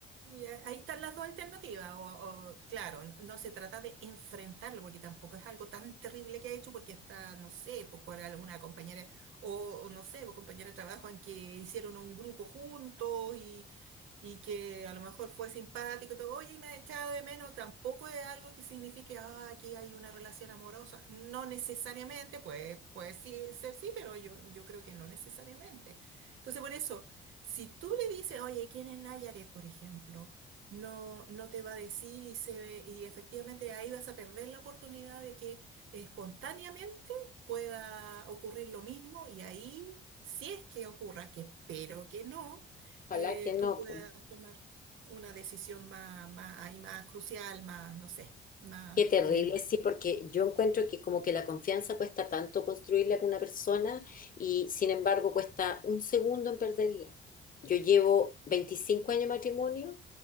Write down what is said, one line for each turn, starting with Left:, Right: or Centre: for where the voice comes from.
Right: Y a- ahí están las dos alternativas. O, o, claro, n- no se trata de enfrentarlo, porque tampoco es algo tan terrible que ha hecho, porque está, no sé, pues, por alguna compañera, o o no sé, por compañera de trabajo en que hicieron un grupo juntos y, y que a lo mejor fue simpático y todo, oye, y me ha echado de menos, tampoco es algo que signifique, ah, aquí hay una relación amorosa. No necesariamente, pues, puede sí, ser sí, pero yo, yo creo que no necesariamente. Entonces, por eso. Si tú le dices, oye, ¿quién es Nayaret, por ejemplo? No, no te va a decir y, se, y efectivamente ahí vas a perder la oportunidad de que espontáneamente pueda ocurrir lo mismo y ahí, si es que ocurra, que espero que no,
Left: ojalá
Right: eh,
Left: que no,
Right: tú puedas
Left: po.
Right: tomar una decisión más, más, ahí más crucial, más, no sé, más
Left: Qué terrible,
Right: de...
Left: sí, porque yo encuentro que como que la confianza cuesta tanto construirla con una persona y sin embargo cuesta un segundo en perderla. Yo llevo 25 años de matrimonio,